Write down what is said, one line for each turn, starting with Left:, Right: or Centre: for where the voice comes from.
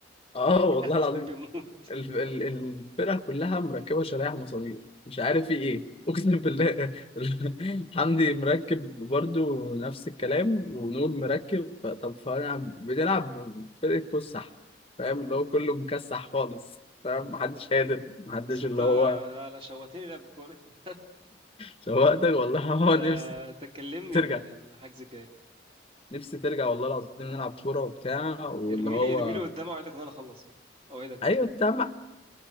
Left: اه
Right: يعني
Left: والله
Right: خلاص
Left: العظيم
Right: كان بيموت
Left: الف- ال- الفرقة كلها مركبة شرايح مسامير مش عارف في ايه اقسم بالله <laughs> حمدي مركب برضو نفس الكلام ونور مركب ف- طب فانا بنلعب فرقة كسح فاهم اللي هو كله مكسح خالص فاهم محدش قادر محدش
Right: بس انت
Left: اللي
Right: لا
Left: هو
Right: لا شوقتني لعب الكوره <laughs>
Left: شوقتك والله <laughs>
Right: انت
Left: هو نفسي
Right: انت تكلمني
Left: ترجع
Right: ال- الحجز الجاي
Left: نفسي ترجع والله العظيم نلعب كورة وبتاع واللي
Right: ارميلي
Left: هو
Right: ارميلي قدام اوعدك ان انا اخلص يعني اوعدك
Left: ايوه انت اهم